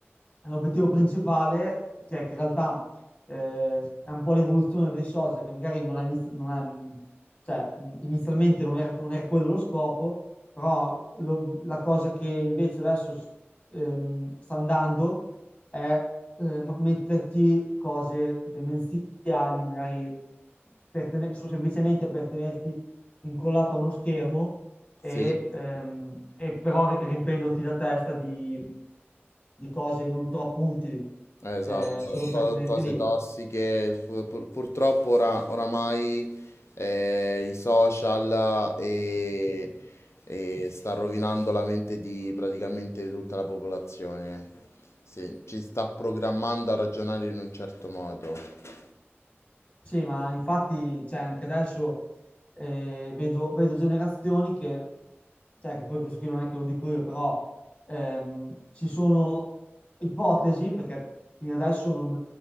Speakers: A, on the left; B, on the left.
A: l'obiettivo principale, cioè che in realtà eh, è un po' l'evoluzione dei social, che magari non è, iniz- non è, mh, cioè, mh, inizialmente non era, non era quello lo scopo, però lo- la cosa che invece adesso s- ehm, sta andando è eh, m- metterti cose demenziali, magari per tene- so- semplicemente per tenerti incollato a uno schermo e,
B: sì,
A: ehm, e però ri- riempendoti la testa di, di cose non troppo utili,
B: esatto,
A: eh, solo per
B: to-
A: tenerti
B: cose
A: lì.
B: tossiche, pur- pur- purtroppo ora- oramai eh, i social e, e sta rovinando la mente di praticamente tutta la popolazione, sì, ci sta programmando a ragionare in un certo modo.
A: Sì, ma infatti, cioè, anche adesso eh, vedo, vedo generazioni che cioè che poi questo qui non è che lo dico io, però ehm, ci sono ipotesi, perché fino adesso non,